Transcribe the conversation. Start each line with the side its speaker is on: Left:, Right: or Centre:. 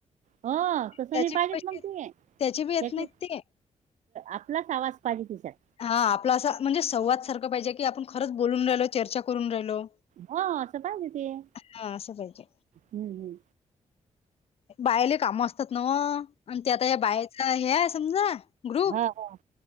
Right: हो तसं
Left: त्याचे
Right: नाही
Left: बी
Right: पाहिजेेत
Left: पैसे
Right: मग त
Left: त्याचे बी येत
Right: त्याची...
Left: नाहीत ते
Right: आपलाच आवाज पाहिजे कि शकत...
Left: हा आपला असं म्हणजे संवाद सारखं पाहिजे की आपण खरंच बोलून राहिलो चर्चा करून राहिलो...
Right: हो असं पाहिजे ते हम
Left: हा असं पाहिजे
Right: हम्म.....
Left: पहिले का मस्त आहेत नव्ह ते आता या बायाचा हे आहे समजा... ग्रुप
Right: हा हा....